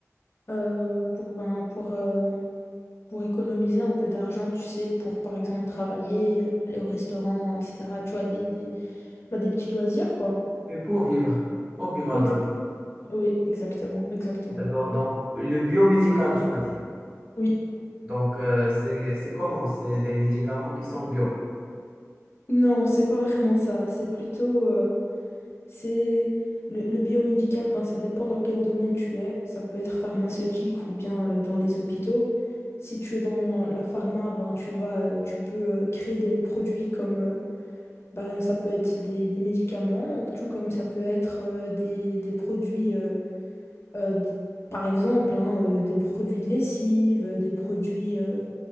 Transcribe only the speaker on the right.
Et pour vivre, pour vivre un
peu.
D'accord. Donc, le biomédical, tu m'as dit.
Donc, euh, c'est, c'est comment? C'est des médicaments qui sont bio.